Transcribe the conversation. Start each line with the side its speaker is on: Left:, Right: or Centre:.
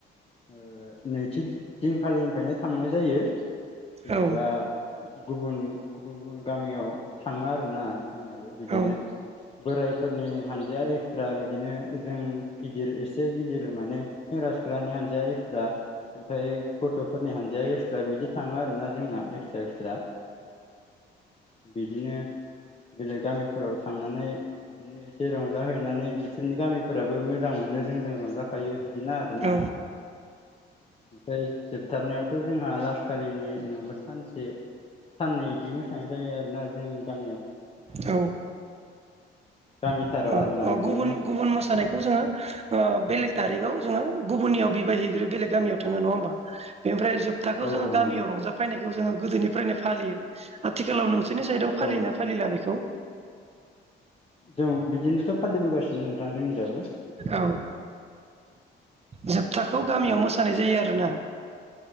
Left: ओ नैथि दिनखालिनिफ्रायनो थांनाय जायो। जेनेबा
Right: औ
Left: गुबुन- गुबुन- गुबुन गामियाव थाङो आरोना। जोंनियाबो बिदिनो
Right: औ
Left: बोरायफोरनि हानजाया ए ब्रा बिदिनो जों गिदिर एसे गि जेरै माने सेंग्रा सिख्लानि हानजाया एस्रा ओमफ्राय गथ'फोरनि हानजाया ए जसा बिदि थांङो आरोना। जोंना एक्सट्रा एक्सट्रा बिदिनो बेलेग गामिफोराव थांनानै बिदिनो एसे रंजाहैनानै बिसोरनि गामि फोराबो मोजां मोनो जों जों रंजाफायो बिदिना आरोना
Right: औ
Left: ओमफ्राय जोबथारनायावथ जोंहा लासखाारिनि जेनेबा सानसे साननै बिदि मोसानाय जायो आरोना जोंनि गामियाव
Right: औ
Left: गामिथाराव
Right: अ
Left: आरोना
Right: अ
Left: बिदिनो
Right: गुबुन गुबुन मोसानायखौ जोंङो बेलेग थारिखाव जोंङो गुबुननियाव बिबायहैग्रो बेलेग गामियाव थाङो नङा होमबा। बेनिफ्राय जोबथाखौ
Left: औ
Right: जोंङो
Left: औ
Right: गामियाव
Left: नंगौ
Right: रंजाफैनायखौ जोंङो गोदोनिफ्रायनो फालियो आथिखालाव नों नोंसोरनि साइदआव फालियो
Left: औ
Right: ना फालिला बेखौ?
Left: जों बिदिनोथ फालिबोगासिनो नोंथां जोंनिजाबो
Right: औ जोबथाखौ गामियाव मोसानाय जायो आरोना